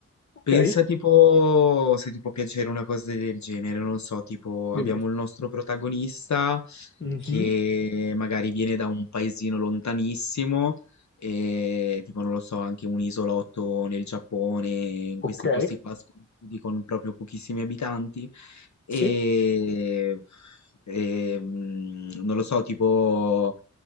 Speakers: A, on the left; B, on the left.
A: Ok,
B: pensa tipo se ti può piacere una cosa del genere, non so, tipo
A: dimmi.
B: abbiamo il nostro protagonista
A: Mhm.
B: che magari viene da un paesino lontanissimo e tipo non lo so, anche un isolotto nel Giappone, in
A: Ok,
B: questi posti qua sconosciuti con proprio pochissimi abitanti e,
A: sì.
B: e, mm, non lo so, tipo